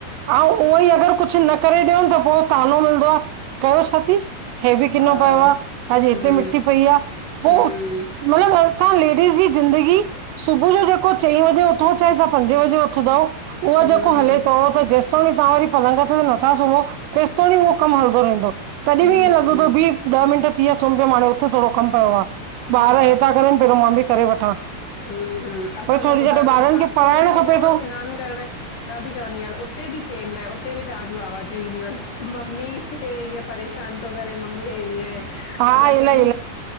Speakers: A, on the right; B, on the left.
A: अऊं उहो ई अगर कुझु न करे ॾिययूं न त पोइ तानो मिलंदो आ कयो छा थी? हे बि किनो
B: हा
A: पियो आ, अॼु हिते
B: हम्म
A: मिटी पई आ पोइ
B: हम्म
A: मतलब असां लेडीस जी ज़िंदगी सुबुह जो जेको चईं बजे उथऊं चाहे तव्हां पंजे बजे उथंदव उहो
B: हम्म
A: जेको
B: हम्म
A: हले थो त जेस <unintelligible> तव्हां वरी पलंग ते नथा सुम्हो तेसत तणी उहो कमु हलंदो रहंदो तॾहिं
B: हम्म
A: बि ईअं लॻंदो
B: हम्म
A: भी ॾह मिंट थी विया सुम्ही पियो माणहूं उथ थोरो कमु पियो आ
B: हा
A: ॿार हे था करनि जेरो मां बि करे वठां।
B: हूं-हूं असां
A: पोइ
B: त
A: थोरी
B: ॿुधायो
A: देरि
B: माव
A: ॿारनि
B: न बाथरूम
A: खे पढ़ाइणु
B: में बि वेंदा
A: खपे
B: आहियूं न
A: थो
B: सिनान करण त बि चवंदी अयान, उते बि चैन नाहे उते बि तव्हांजूं आवाजूं ईंदियूं आहिनि मम्मी। हे ईअं परेशान तो करे मम्मी हे ईअं
A: हा इलाही